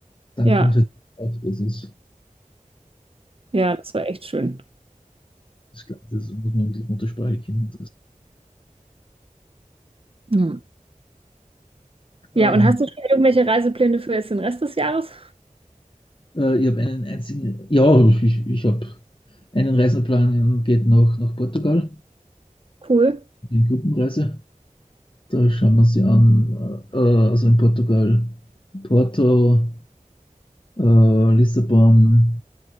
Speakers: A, on the left; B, on the right.
A: Dann
B: ja.
A: kommt halt auf, das ist,
B: Ja, das war echt schön.
A: das, das muss man wirklich Muttersprache kennen. Das,
B: Hm. Ja,
A: ähm,
B: und hast du schon irgendwelche Reisepläne für jetzt den Rest des Jahres?
A: äh, ich habe einen einzigen, ja, ich, ich habe einen Reiseplan, geht nach, nach Portugal,
B: Cool,
A: die Gruppenreise. Da schauen wir sie an, äh, also in Portugal, Porto, äh, Lissabon,